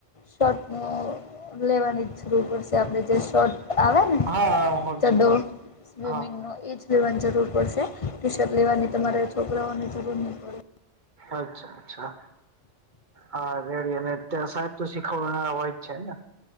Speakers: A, on the left; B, on the right.
A: શોર્ટ અહ લેવાની જરૂર પડશે આપડે જે શોટ આવે ને
B: હા હા હું હમજી
A: ચડ્ડો
B: ગયો
A: સ્વિમિંગનો
B: હા
A: એજ લેવાની જરૂર પડશે ટી શર્ટ લેવાની તમારા છોકરાઓને જરૂર નહી પડે.
B: અચ્છા અચ્છા હા રેડી અને ત્યાં સાહેબ તો શીખવનારા હોય જ છે ને